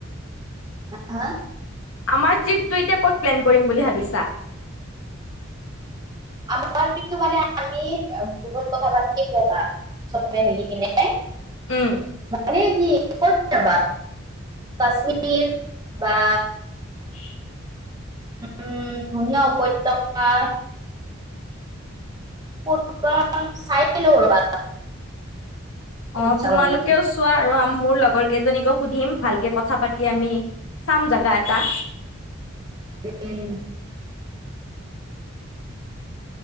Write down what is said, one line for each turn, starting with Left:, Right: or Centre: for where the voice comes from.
Right: হ হা।
Left: আমাৰ ট্ৰিপটো এতিয়া ক'ত প্লেন কৰিম বুলি ভাবিছা?
Right: আমাৰ কিন্তু মানে আমি গ্ৰুপত কথা ৰ'বা চবে মিলি কিনে
Left: উম
Right: মানে কি ক'ত যাবা? কাশ্মীৰ বা
Left: <inaudible>
Right: উম, ধুনীয়া উপত্যকা। ক'ত বা চাই লওঁ ৰ'বা। ক'ত
Left: অ',
Right: যাওঁ
Left: তোমালোকেও
Right: আমি
Left: চোৱা আৰু মোৰ লগ লগৰ কেইজনীকো সুধিম ভালকে কথা পাতি আমি চাম জাগা এটা।
Right: উম